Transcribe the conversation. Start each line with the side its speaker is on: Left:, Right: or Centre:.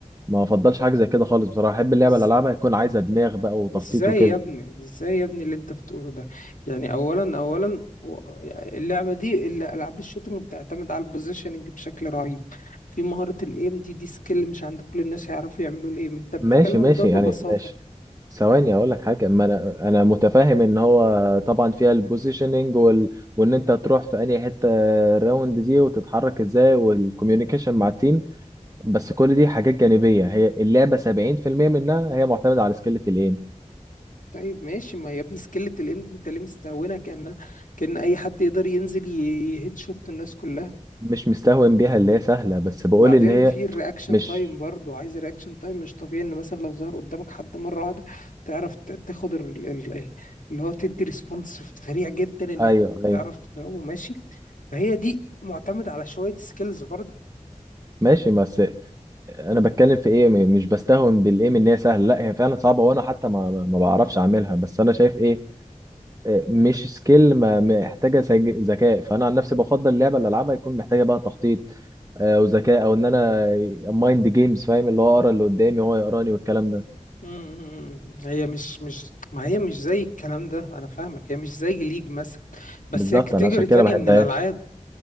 Right: ما بفضلش حاجه زي كده خالص بصراحه احب اللعبه
Left: إز-
Right: اللي العبها يكون عايزه دماغ بقى وتخطيط
Left: ازاي
Right: وكده
Left: يا ابني ازاي يا ابني اللي انت بتقوله ده يعني اولا اولا و- اللعبه دي اللي- العاب الشوتنج بتعتمد على البوزيشننج بشكل رهيب في مهاره الايم دي دي سكيل مش عند كل الناس يعرفوا يعملوا الايم انت بتتكلم
Right: ماشي
Left: عن
Right: ماشي
Left: الموضوع ببساطه
Right: يعني ماشي ثواني اقول لك حاجه ما انا انا متفاهم ان هو طبعا فيها البوزيشننج وال... وان انت تروح في اي حته الراوند دي وتتحرك ازاي والكوميونيكيشن مع التيم بس كل دي حاجات جانبيه هي اللعبه 70% منها هي معتمده على سكيلة الايم
Left: طيب ماشي ما يا ابني سكيلة الايم دي انت ليه مستهونها كأن كأن اي حد يقدر ينزل ي- يهيت شوت الناس كلها
Right: مش مستهون بيها اللي هي سهله بس بقول
Left: وبعدين
Right: ان هي
Left: في الرياكشن
Right: مش
Left: تايم برضو عايز رياكشن تايم مش طبيعي ان مثلا لو ظهر قدامك حد مره واحده تعرف ت- تاخد ال- ال- اللي هو تدي ريسبونس سريع جدا انك
Right: ايوه ايوه
Left: تعرف تضربه ماشي فهي دي معتمده على شويه سكيلز برضو
Right: ماشي بس انا بتكلم في ايه م- مش بستهون بالايم ان هي سهله لا هي فعلا صعبه وانا حتى ما ما ما بعرفش اعملها بس انا شايف ايه مش سكيل ما- محتاجه سج- ذكاء فانا عن نفسي بفضل اللعبه اللي العبها يكون محتاجه بقى تخطيط آه، وذكاء او ان انا مايند جيمز فاهم اللي هو اقرا اللي قدامي وهو يقراني والكلام ده
Left: مم. هي مش مش ما هي مش زي الكلام ده انا فاهمك هي مش زي ليج مثلا بس
Right: بالظبط
Left: هي كاتيجوري
Right: انا عشان كده
Left: تانية
Right: ما بحبهاش
Left: من الالعاب